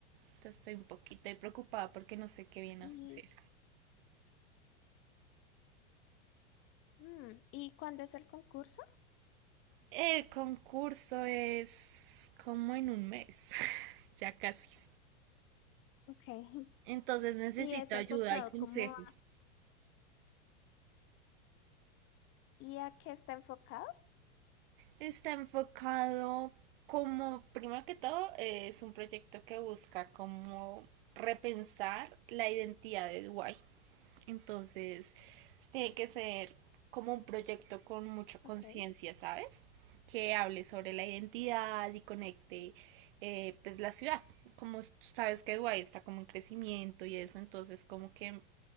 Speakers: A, on the right; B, on the left.
A: Entonces estoy un poquito ahí preocupada porque no sé qué viene
B: Y,
A: a hacer.
B: mm, ¿y cuándo es el concurso?
A: El concurso es como en un mes, <laughs> ya casi.
B: Ok. <laughs>
A: Entonces necesito
B: ¿Y es enfocado
A: ayuda y consejos.
B: como y a qué está enfocado?
A: Está enfocado como, primero que todo, eh, es un proyecto que busca como repensar la identidad de Dubái. Entonces, tiene que ser como un proyecto con mucha conciencia,
B: Ok,
A: ¿sabes? Que hable sobre la identidad y conecte eh, pues la ciudad. Como tú sabes que Dubái está como en crecimiento y eso, entonces como que